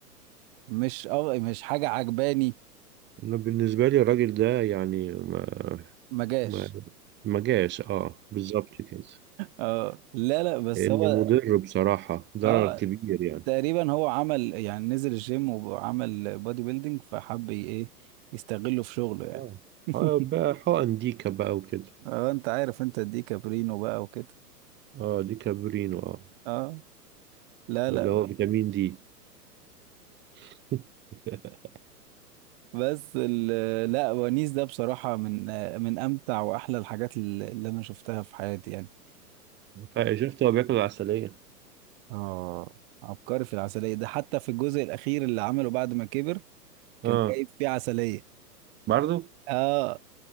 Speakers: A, on the right; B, on the right.
A: مش أو مش حاجه عجباني
B: انا بالنسبه لي الراجل ده يعني ما
A: ما جاش
B: ما ما جاش اه بالظبط كده
A: اه لا لا بس
B: لان
A: هو
B: مضر بصراحه ضرر
A: اه
B: كبير يعني
A: تقريبا هو عمل يعني نزل الجيم وعمل بودي بيلدينج فحب ي- ايه يستغله في شغله يعني
B: اه
A: <laughs>
B: آه، بقى حقن ديكه بقى وكده
A: اه انت عارف انت دي كابرينو بقى وكده
B: اه دي كابورينو اه
A: اه لا
B: ده
A: لا
B: اللي هو اه فيتامين دي <laughs>
A: بس ال- لا ونيس ده بصراحه من من امتع واحلى الحاجات اللي اللي انا شفتها في حياتي يعني
B: اه شفته هو بياكل عسلية
A: اه عبقري في العسلية ده حتى في الجزء الأخير اللي عمله بعد ما كبر كان
B: اه
A: جايب فيه عسلية
B: برضه
A: اه